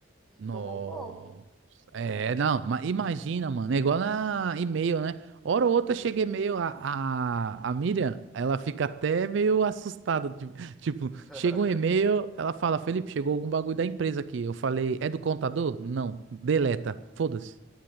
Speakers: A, in the centre; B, on the right.
A: e
B: Nossa.
A: tomou um golpe.
B: É, não, ma- imagina, mano. É igual na e-mail, né? Hora ou outra chega e-mail, a, a, a Miriam, ela fica até meio assustada. Tipo, tipo,
A: <laughs>
B: chega um e-mail, ela fala: Felipe, chegou algum bagulho da empresa aqui. Eu falei: É do contador? Não, deleta, foda-se.